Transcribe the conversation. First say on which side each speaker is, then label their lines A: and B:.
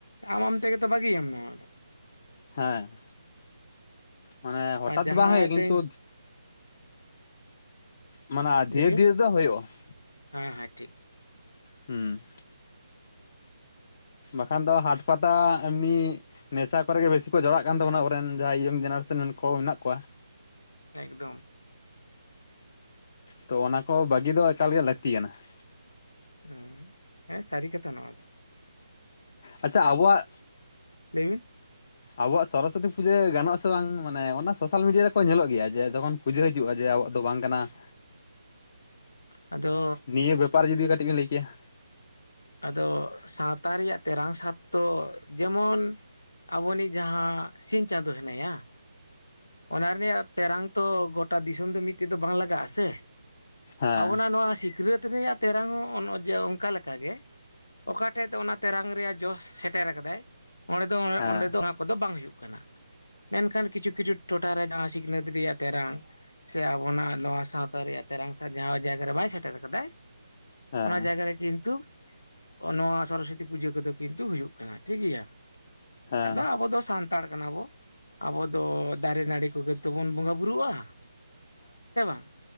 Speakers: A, on the left (about 85°); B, on the left (about 35°).
A: ᱟᱢ ᱟᱢ ᱛᱮᱜᱮ ᱛᱚ ᱵᱟᱹᱜᱤᱭᱟᱢ ᱱᱚᱣᱟ ᱫᱚ ᱾
B: ᱦᱮᱸ, <inaudible> ᱢᱟᱱᱮ ᱦᱚᱴᱟᱛ
A: ᱟᱨ ᱡᱟᱦᱟᱸᱭ
B: ᱫᱚ ᱵᱟᱝ ᱦᱩᱭᱩᱜᱼᱟ, ᱠᱤᱱᱛᱩ
A: ᱛᱮᱧ
B: ᱢᱟᱱᱮ ᱫᱷᱤᱨᱮ
A: ᱞᱟᱹᱭ ᱵᱤᱱ
B: ᱫᱷᱤᱨᱮ ᱫᱚ ᱦᱩᱭᱩᱜᱼᱟ ᱾
A: ᱦᱮᱸ ᱦᱮᱸ ᱴᱷᱤᱠ ᱾
B: ᱦᱮᱸ ᱾ ᱵᱟᱠᱷᱟᱱ ᱫᱚ ᱦᱟᱴ ᱯᱟᱛᱟ ᱮᱢᱱᱤ ᱱᱮᱥᱟ ᱠᱚᱨᱮᱜ ᱜᱮ ᱵᱮᱥᱤ ᱠᱚ ᱡᱚᱲᱟᱜ ᱠᱟᱱ ᱛᱟᱵᱚᱱᱟ ᱟᱵᱚᱨᱮᱱ ᱡᱟᱦᱟᱸᱭ ᱤᱭᱚᱝ ᱡᱮᱱᱟᱨᱮᱥᱚᱱ ᱠᱚ ᱢᱮᱱᱟᱜ ᱠᱚᱣᱟ ᱾
A: ᱮᱠᱫᱚᱢ ᱾
B: ᱛᱚ ᱚᱱᱟ ᱠᱚ ᱵᱟᱜᱤ ᱫᱚ ᱮᱠᱟᱞ ᱜᱮ ᱞᱟᱹᱠᱛᱤ ᱠᱟᱱᱟ ᱾
A: ᱦᱩᱸ ᱾ ᱦᱮᱸ ᱥᱟᱹᱨᱤ ᱠᱟᱛᱷᱟ ᱱᱚᱣᱟ ᱫᱚ ᱾
B: ᱟᱪᱪᱷᱟ ᱟᱵᱚᱣᱟᱜ
A: ᱞᱟᱹᱭ ᱵᱤᱱ
B: <inaudible> ᱟᱵᱚᱣᱟᱜ ᱥᱚᱨᱚᱥᱚᱛᱤ ᱯᱩᱡᱟᱹ ᱜᱟᱱᱚᱜ-ᱟ ᱥᱮ ᱵᱟᱝ? ᱢᱟᱱᱮ ᱚᱱᱟ ᱥᱳᱥᱟᱞ ᱢᱤᱰᱤᱭᱟ ᱨᱮᱠᱚ ᱧᱮᱞᱚᱜ ᱜᱮᱭᱟ ᱾ ᱡᱮ, ᱡᱚᱠᱷᱚᱱ ᱯᱩᱡᱟᱹ ᱦᱤᱡᱩᱜᱼᱟ ᱡᱮ, ᱟᱵᱚᱣᱟᱜ ᱫᱚ ᱵᱟᱝ ᱠᱟᱱᱟ ᱾
A: ᱟᱫᱚ
B: ᱱᱤᱭᱟᱹ ᱵᱮᱯᱟᱨ ᱡᱩᱫᱤ ᱠᱟᱹᱴᱤᱡ ᱵᱤᱱ ᱞᱟᱹᱭ ᱠᱮᱭᱟ ᱾
A: ᱟᱫᱚ ᱥᱟᱶᱛᱟ ᱨᱮᱭᱟᱜ ᱛᱮᱨᱟᱝ ᱥᱟᱨ ᱫᱚ ᱡᱮᱢᱚᱱ ᱟᱵᱚᱱᱤᱡ ᱡᱟᱦᱟᱸ ᱥᱤᱧ ᱪᱟᱸᱫᱳ ᱦᱮᱱᱟᱭᱟ ᱾ ᱚᱱᱟ ᱨᱮᱭᱟᱜ ᱛᱮᱨᱟᱝ ᱛᱚ ᱜᱚᱴᱟ ᱫᱤᱥᱚᱢ ᱫᱚ ᱢᱤᱫ ᱛᱮᱫᱚ ᱵᱟᱝ ᱞᱟᱜᱟᱜ-ᱟ ᱥᱮ ᱾
B: ᱦᱮᱸ
A: ᱟᱵᱚᱱᱟᱜ ᱱᱚᱣᱟ ᱥᱤᱠᱷᱱᱟᱹᱛ ᱨᱮᱭᱟᱜ ᱛᱮᱨᱟᱝ ᱦᱚᱸ ᱚᱱᱠᱟ ᱞᱮᱠᱟ ᱜᱮ ᱾ ᱚᱠᱟ ᱴᱷᱮᱡ ᱛᱮ ᱚᱱᱟ ᱛᱮᱨᱟᱝ ᱨᱮᱭᱟᱜ ᱡᱚᱥ ᱥᱮᱴᱮᱨ ᱟᱠᱟᱫᱟᱭ ᱚᱸᱰᱮ ᱫᱚ
B: ᱦᱮᱸ
A: ᱚᱸᱰᱮ ᱫᱚ ᱚᱱᱟ ᱠᱚᱫᱚ ᱵᱟᱝ ᱦᱩᱭᱩᱜ ᱠᱟᱱᱟ ᱾ ᱢᱮᱱᱠᱷᱟᱱ ᱠᱤᱪᱷᱩ ᱠᱤᱪᱷᱩ ᱴᱚᱴᱷᱟ ᱨᱮ ᱡᱟᱦᱟᱸ ᱥᱤᱠᱷᱱᱟᱹᱛ ᱨᱮᱭᱟᱜ ᱛᱮᱨᱟᱝ ᱥᱮ ᱟᱵᱚᱱᱟᱜ ᱱᱚᱣᱟ ᱥᱟᱶᱛᱟ ᱨᱮᱭᱟᱜ ᱛᱮᱨᱟᱝ ᱥᱟᱨ ᱡᱟᱦᱟᱸ ᱡᱟᱭᱜᱟ ᱨᱮ ᱵᱟᱭ ᱥᱮᱴᱮᱨ ᱟᱠᱟᱫᱟᱭ ᱾
B: ᱦᱮᱸ
A: ᱚᱱᱟ ᱡᱟᱭᱜᱟ ᱨᱮ ᱠᱤᱱᱛᱩ ᱱᱚᱶᱟ ᱱᱚᱣᱟ ᱥᱚᱨᱚᱥᱚᱛᱤ ᱯᱩᱡᱟᱹ ᱠᱚᱫᱚ ᱠᱤᱱᱛᱩ ᱦᱩᱭᱩᱜ ᱠᱟᱱᱟ ᱴᱷᱤᱠ ᱜᱮᱭᱟ ᱾
B: ᱦᱮᱸ
A: ᱟᱫᱚ ᱟᱵᱚ ᱫᱚ ᱥᱟᱱ ᱛᱟᱲ ᱠᱟᱱᱟ ᱵᱚ ᱾ ᱟᱵᱚ ᱫᱚ ᱫᱟᱨᱮ ᱱᱟᱹᱲᱤ ᱠᱚᱜᱮ ᱛᱮᱵᱚᱱ ᱵᱚᱸᱜᱟ ᱵᱩᱨᱩᱜᱼᱟ ᱾ ᱦᱮᱸ ᱵᱟᱝ,